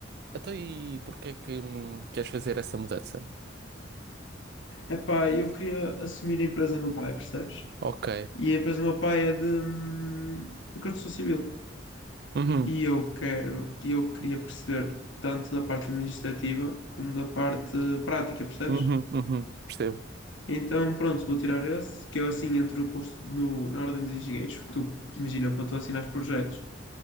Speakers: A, on the right; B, on the left.
A: Então, e porquê é que hum, queres fazer essa mudança?
B: Epá, eu queria assumir a empresa do meu pai, percebes?
A: Ok.
B: E a empresa do meu pai é de, hum, de construção civil.
A: Uhum.
B: E eu quero, e eu queria perceber tanto da parte administrativa como da parte prática, percebes?
A: Uhum. Uhum. Percebo.
B: Então, pronto, vou tirar esse, que eu assim entro no curso, no, na ordem dos engenheiros, porque tu, imagina, para tu assinar projetos,